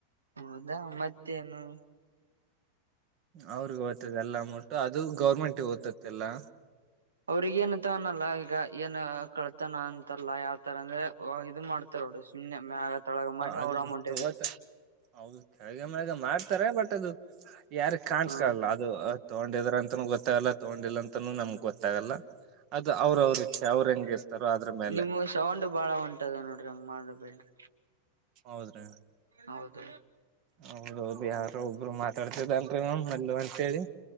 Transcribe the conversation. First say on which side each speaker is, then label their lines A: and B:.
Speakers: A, on the right; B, on the right.
A: ಹೌದಾ ಮತ್ತೇನು
B: ಅವ್ರಗ್ ಓದ್ತದೆ ಎಲ್ಲ ಮುಟ್ಟು ಅದು ಗೌರ್ಮೆಂಟ್ ಓದ್ತಿ ಎಲ್ಲಾ
A: ಅವ್ರಿಗೆ ಏನ ತಾನಲ್ಲ ಈಗ ಏನ್ ಕಳ್ತಾನ ಅಂತಲ್ಲ ಯಾವ್ತರ ಅಂದ್ರೆ ಇದು ಮಾಡ್ತಾರೋಡು- ಹಿಂಗೆ ನಿಮ್ೆ ಮ್ಯಾಗ ತೊಳಗ ಮಾಡಿ
B: ಅದನ್ನ
A: ಅವ್ರ ಅಮೌಂಟ್ೇಗಿರುತ್ತ
B: ತಗೋತ ಹೌದು ಕೆಳಗೆ ಮಳಾಗ ಮಾಡ್ತಾರೆ ಬಟ್ ಅದು ಯಾರಗ್ ಕಾಣಸ್ಕಲ್ಲ-
A: ಹ
B: ತಗೊಂಡಿದ್ರ ಅಂತನೂ ಗೊತ್ತಾಗಲ್ಲ ತಗೊಂಡಿಲ್ಲ ಅಂತನೂ ನಮ್ಗ್ ಗೊತ್ತಾಗಲ್ಲ ಅದು ಅವ್ರ ಅವ್ರ ಅವ್ರು ಹೆಂಗ ಇರ್ತಾರೋ ಅದ್ರ ಮೇಲೆ
A: ನಿಮ್ ಸೌಂಡ್ ಬಾಳ ಒಂಟದ ನೋಡ್ರಿ ಹಂಗ್ ಮಾಡ ಬೇನ್ರಿ
B: ಹೌದ್ರಿ
A: ಹೌದು
B: ಹೌದೌದು ಯಾರ ಒಬ್ರು ಮಾತಾಡ್ತಿದಲ್ರಿ್ ಮಲ್ಲ ಅಂತೇಳಿ